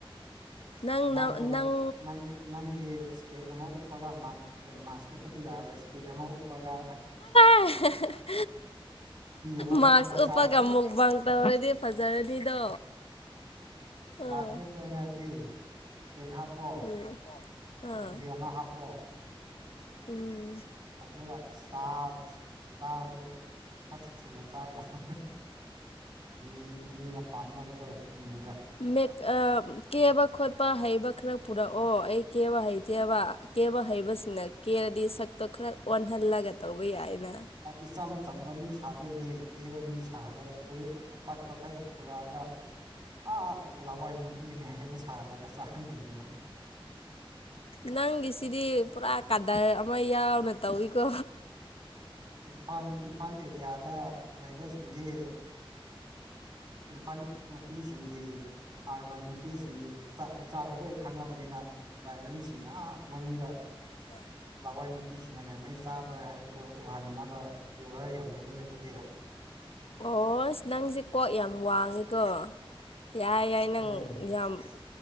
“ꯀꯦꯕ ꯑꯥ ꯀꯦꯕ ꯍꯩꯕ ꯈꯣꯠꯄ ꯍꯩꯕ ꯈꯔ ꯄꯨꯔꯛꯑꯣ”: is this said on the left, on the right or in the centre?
Left